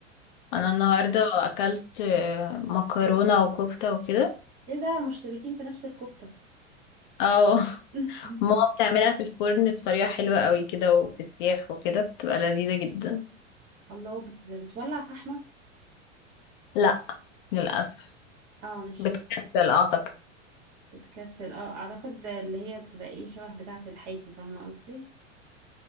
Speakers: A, on the left; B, on the right.
A: انا النهاردة اكلت آه، مكرونة وكفتة وكده
B: ايه ده مشتركين في نفس الكفته
A: اه <laughs>
B: <laughs>
A: ماما بتعملها في الفرن بطريقة حلوة قوي كده وفي السياخ وكده بتبقى لذيذة جدا
B: الله بت- بتولع فحمه
A: لا للأسف
B: اه مش
A: بتكسل اعتقد
B: بتكسل اه اعتقد اللي هي بتبقى ايه شبه بتاعة الحيتي فاهمة قصدي